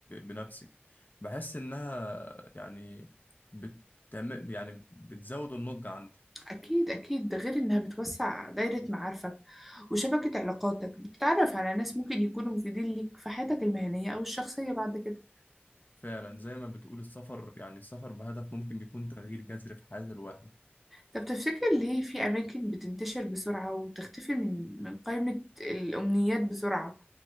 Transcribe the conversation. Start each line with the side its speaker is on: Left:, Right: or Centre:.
Left: بنفسك بحس انها يعني بتعمل يعني بتزود النضج عندي
Centre: أكيد أكيد ده غير إنها بتوسع دايرة معارفك وشبكة علاقاتك بتتعرف على ناس ممكن يكونوا مفيدين ليك في حياتك المهنية أو الشخصية بعد كده
Left: فعلا زي ما بتقول السفر يعني السفر بهدف ممكن يكون تغيير جذري في حياة الواحد
Centre: طب تفتكر ليه في أماكن بتنتشر بسرعة وتختفي من من قائمة الأمنيات بسرعة